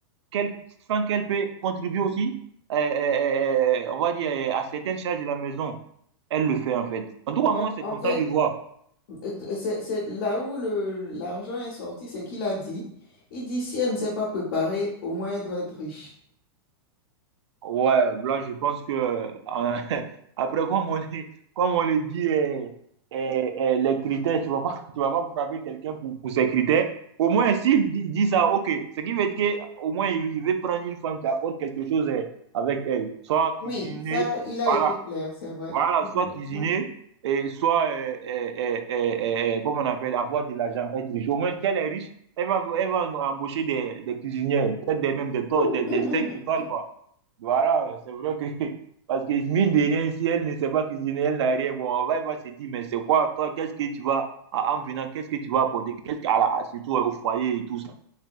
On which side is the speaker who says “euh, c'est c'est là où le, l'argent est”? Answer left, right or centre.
Left